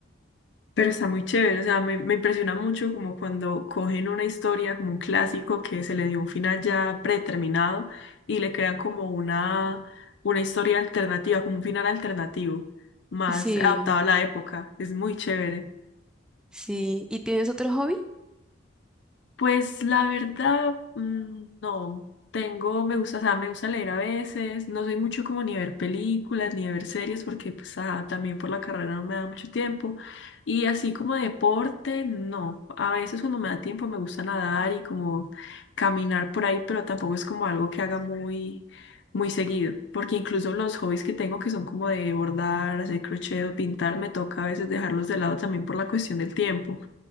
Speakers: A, on the left; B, in the centre.
A: Pero está muy chévere, o sea, me, me impresiona mucho como cuando cogen una historia, como un clásico que se le dio un final ya predeterminado y le crean como una, una historia alternativa, como un final alternativo, más
B: Sí,
A: adaptado a la época. Es muy chévere.
B: sí. ¿Y tienes otro hobby?
A: Pues la verdad, mm, no. Tengo, me gusta, o sea, me gusta leer a veces. No soy mucho como ni ver películas ni ver series porque pues ah, también por la carrera no me da mucho tiempo. Y así como deporte, no. A veces cuando me da tiempo me gusta nadar y como caminar por ahí, pero tampoco es como algo que haga muy, muy seguido. Porque incluso los hobbies que tengo que son como de bordar, hacer crochet o pintar, me toca a veces dejarlos de lado también por la cuestión del tiempo.